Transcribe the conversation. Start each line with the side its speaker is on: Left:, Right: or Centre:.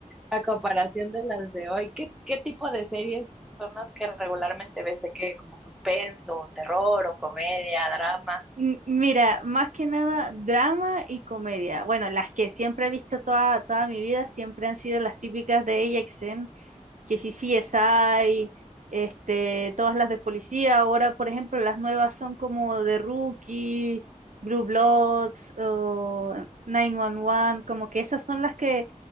Centre: a comparación de las de hoy. ¿Qué, qué tipo de series son las que regularmente ves de qué? Como suspenso, terror o comedia, drama.
Right: M- Mira, más que nada drama y comedia. Bueno, las que siempre he visto toda, toda mi vida siempre han sido las típicas de AXN, que si CSI, este, todas las de policía. Ahora, por ejemplo, las nuevas son como The Rookie, Blue Bloods o 911, como que esas son las que